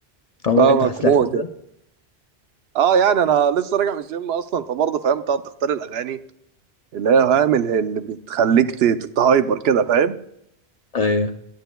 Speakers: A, on the left; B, on the right.
A: عمرك
B: فاهمك
A: انت حاسس
B: موت
A: الاحساس ده
B: اه يعني انا لسه راجع من الجيم اصلا فبرضه فاهم تقعد تختار الاغاني اللي هي فاهم اللي اللي بتخليك ت- تتهايبر كده فاهم
A: ايوه